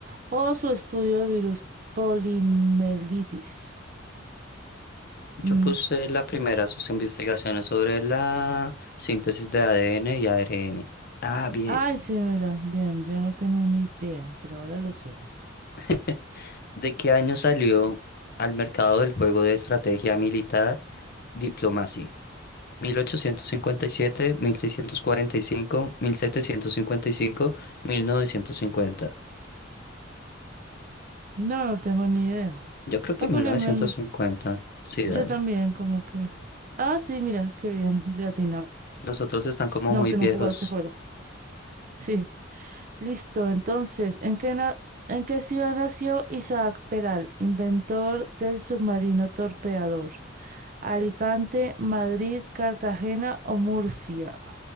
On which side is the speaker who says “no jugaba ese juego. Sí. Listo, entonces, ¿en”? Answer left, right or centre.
Right